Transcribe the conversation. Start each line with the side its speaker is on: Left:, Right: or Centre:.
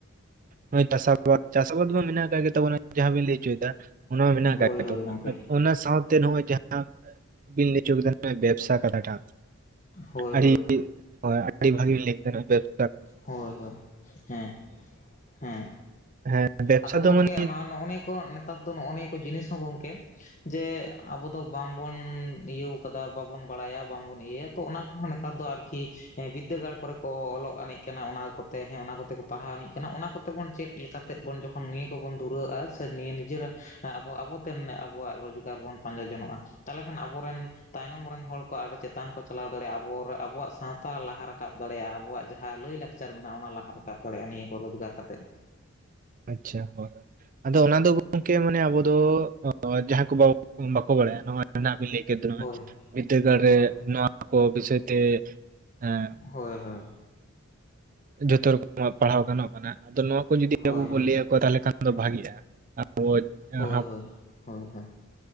Right: ᱱᱚ ᱪᱟᱥ ᱟᱵᱟᱫ ᱪᱟᱥ ᱟᱵᱟᱫ ᱢᱟ ᱢᱮᱱᱟᱜ ᱟᱠᱟᱜ ᱜᱮ ᱛᱵᱚᱱᱟ ᱡᱟᱦᱟᱸ ᱵᱤᱱ ᱞᱟᱹᱭ ᱦᱚᱪᱚ ᱭᱮᱫᱟ, ᱚᱱᱟ ᱢᱟ ᱢᱮᱱᱟᱜ
Left: ᱦᱳᱭ
Right: ᱟᱠᱟᱫ ᱜᱮ
Left: ᱦᱳᱭ
Right: ᱛᱵᱚᱱᱟ
Left: ᱜᱚᱢᱠᱮ
Right: ᱚᱱᱟ ᱥᱟᱶᱛᱮ ᱱᱚᱜᱚᱭ ᱡᱟᱦᱟᱸ ᱵᱤᱞ ᱞᱪᱚ ᱠᱮᱫᱟ ᱵᱮᱵᱥᱟ ᱠᱟᱛᱷᱟ ᱴᱟᱜ
Left: ᱦᱳᱭ
Right: ᱟᱹᱰᱤ
Left: ᱦᱳᱭ
Right: ᱦᱭ ᱟᱹᱰᱤ ᱵᱷᱟᱜᱤ ᱞᱮ ᱵᱮ, <inaudible>
Left: ᱦᱳᱭ ᱦᱳᱭ ᱦᱮᱸ ᱾ ᱦᱮᱸ
Right: ᱦᱮᱸ ᱵᱮᱵᱽᱥᱟ
Left: ᱟᱫᱚ
Right: ᱫᱚ
Left: ᱜᱚᱝᱠᱮ
Right: ᱢᱟᱱᱮ
Left: ᱱᱚᱜ ᱱᱤᱭᱟᱹ ᱠᱚ ᱱᱮᱛᱟᱨ ᱫᱚ ᱱᱚᱜᱼᱚ ᱱᱤᱭᱟᱹ ᱠᱚ ᱡᱤᱱᱤᱥ ᱦᱚᱸ ᱜᱚᱝᱠᱮ ᱡᱮ ᱟᱵᱚ ᱫᱚ ᱵᱟᱝᱵᱚᱱ ᱤᱭᱟᱹᱣ ᱵᱟᱵᱚᱱ ᱵᱟᱲᱟᱭᱟ ᱵᱟᱝᱵᱚᱱ ᱤᱭᱟᱹᱭᱟ ᱛᱚ ᱚᱱᱟ ᱠᱚᱦᱚᱸ ᱱᱮᱛᱟᱨ ᱫᱚ ᱟᱨᱠᱤ ᱵᱤᱫᱽᱫᱟᱹᱜᱟᱲ ᱠᱚᱨᱮ ᱠᱚ ᱚᱞᱚᱜ ᱟᱱᱤᱡ ᱠᱟᱱᱟ ᱚᱱᱟ ᱠᱚᱛᱮ ᱦᱮᱸ ᱚᱱᱟ ᱠᱚᱛᱮ ᱠᱚ ᱯᱟᱲᱦᱟᱣᱱᱤᱡ ᱠᱟᱱᱟ ᱚᱱᱟ ᱠᱚᱛᱮ ᱵᱚᱱ ᱪᱮᱫᱛᱮᱫ ᱵᱚᱱ ᱡᱚᱠᱷᱚᱱ ᱱᱤᱭᱟᱹ ᱠᱚᱵᱚᱱ ᱫᱩᱨᱟᱹᱜᱼᱟ ᱥᱮ ᱱᱤᱭᱟᱹ ᱱᱤᱡᱮᱨ ᱟᱵᱚ ᱟᱵᱚᱛᱮ ᱟᱵᱚᱣᱟᱜ ᱨᱳᱡᱽᱜᱟᱨ ᱵᱚᱱ ᱯᱟᱸᱡᱟ ᱡᱚᱱᱚᱜᱼᱟ᱾ ᱛᱟᱦᱚᱞᱮ ᱠᱷᱟᱱ ᱟᱵᱚᱨᱮᱱ ᱛᱟᱭᱱᱚᱢ ᱨᱮᱱ ᱦᱚᱲ ᱠᱚ ᱟᱨᱚ ᱪᱮᱛᱟᱱ ᱠᱚ ᱪᱟᱞᱟᱣ ᱫᱟᱲᱮᱭᱟᱜᱼᱟ ᱟᱵᱚ ᱟᱵᱚᱣᱟᱜ ᱥᱟᱶᱛᱟ ᱞᱟᱦᱟ ᱨᱟᱠᱟᱵ ᱾ ᱫᱟᱲᱮᱭᱟᱜᱼᱟ ᱟᱵᱚᱣᱟᱜ ᱡᱟᱦᱟᱸ ᱡᱟᱦᱟᱸ ᱞᱟᱹᱭᱼᱞᱟᱠᱪᱟᱨ ᱢᱮᱱᱟᱜᱼᱟ ᱚᱱᱟ ᱞᱟᱦᱟ ᱨᱟᱠᱟᱵ ᱫᱟᱲᱮᱭᱟᱜᱼᱟ ᱱᱤᱭᱟᱹ ᱠᱚ ᱨᱳᱡᱽᱜᱟᱨ ᱠᱟᱛᱮᱜ ᱾
Right: ᱟᱪᱪᱷᱟ ᱦᱳᱭ ᱟᱫᱚ ᱚᱱᱟ ᱫᱚ ᱜᱚᱝᱠᱮ ᱢᱟᱱᱮ ᱟᱵᱚ ᱫᱚ ᱡᱟᱦᱟᱸ ᱠᱚ ᱵᱟᱵᱚ ᱵᱟᱠᱚ ᱵᱟᱲᱟᱭᱟ, ᱱᱚᱭᱵᱤᱱ ᱞᱟᱹᱭ ᱠᱮᱫ ᱫᱚ ᱱᱚᱭ
Left: ᱦᱳᱭ
Right: ᱵᱤᱫᱽᱫᱟᱹᱜᱟᱲ ᱨᱮ
Left: ᱦᱳᱭ
Right: ᱱᱚᱣᱟ ᱠᱚ ᱵᱤᱥᱚᱭ ᱛᱮ ᱮᱸ
Left: ᱦᱳᱭ ᱦᱳᱭ
Right: ᱡᱷᱚᱛᱚ ᱨᱚᱠᱚᱢᱟᱜ ᱯᱟᱲᱦᱟᱣ ᱜᱟᱱᱚᱜ ᱠᱟᱱᱟ ᱟᱫᱚ ᱱᱚᱣᱟ ᱠᱚ ᱡᱚᱫᱤ
Left: ᱦᱳᱭ
Right: ᱟᱵᱚ
Left: ᱦᱳᱭ
Right: ᱵᱚᱱ ᱞᱟᱹᱭᱟ ᱠᱚᱣᱟ ᱛᱟᱦᱚᱞᱮ ᱠᱷᱟᱱ ᱫᱚ ᱵᱷᱟᱜᱤᱜᱼᱟ᱾ ᱟᱵᱚ
Left: ᱦᱳᱭ
Right: ᱦᱟᱯ
Left: ᱦᱳᱭ ᱦᱳᱭ ᱚᱱᱠᱟ